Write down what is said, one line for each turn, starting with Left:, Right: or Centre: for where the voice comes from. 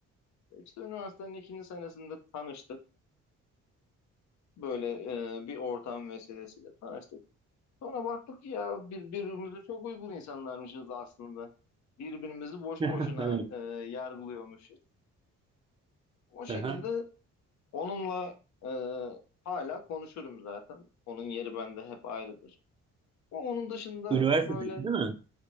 Left: İşte üniversitenin ikinci senesinde tanıştık. Böyle e, bir ortam vesilesiyle tanıştık. Sonra baktık ki ya bir- birbirimize çok uygun insanlarmışız aslında. Birbirimizi boş
Right: <laughs>
Left: boşuna e, yargılıyormuşuz. O şekilde
Right: Evet. <laughs>
Left: onunla e, hala konuşurum zaten. Onun yeri bende hep ayrıdır. Ama onun dışında
Right: Üniversitedeki
Left: böyle
Right: değil mi?